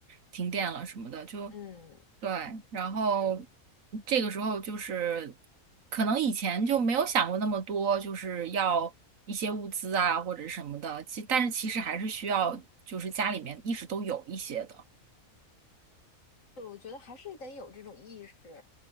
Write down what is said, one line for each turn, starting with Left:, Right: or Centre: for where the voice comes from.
Right: 停电了什么的，就
Left: 嗯，
Right: 对。然后这个时候就是可能以前就没有想过那么多，就是要一些物资啊或者什么的，其但是其实还是需要就是家里面一直都有一些的。
Left: 对，我觉得还是得有这种意识。